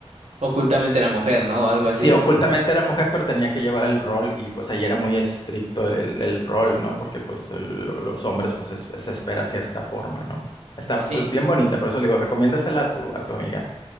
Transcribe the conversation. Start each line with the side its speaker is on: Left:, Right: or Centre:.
Right: ocultamente era mujer, ¿no? O algo así.
Left: sí, ocultamente era mujer, pero tenía que llevar el rol y pues ahí era muy estricto el, el- el rol, ¿no? Porque pues el- los hombres pues es- se espera cierta forma, ¿no? Está
Right: Sí,
Left: pues bien bonita, por eso le digo, recomiéndasela a tu, a tu amiga.